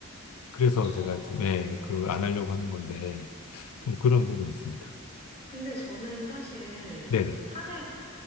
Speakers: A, on the left; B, on the left.
A: 그래서
B: 그쵸.
A: 제가 좀,
B: 네,
A: 예,
B: 네,
A: 그
B: 네.
A: 안 하려고 하는 건데 좀 그런 부분이 있습니다.
B: 근데 저는 사실
A: 네네.
B: 그 탄핵